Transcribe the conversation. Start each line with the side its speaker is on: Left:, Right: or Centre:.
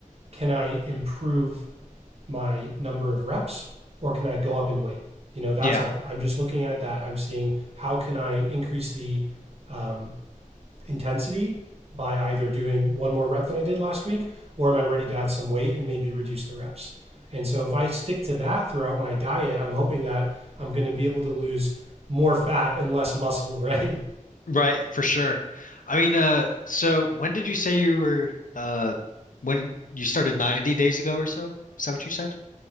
Right: can I improve my number of reps or can I go up in weight? You know, that's
Left: yeah,
Right: all. I'm just looking at that. I'm seeing how can I increase the um, intensity by either doing one more rep than I did last week or am I ready to add some weight and maybe reduce the reps? And so if I stick to that throughout my diet, I'm hoping that I'm going to be able to lose more fat and less muscle, <laughs> right?
Left: right, for sure. I mean, uh, so when did you say you were uh when you started 90 days ago or so? Is that what you said?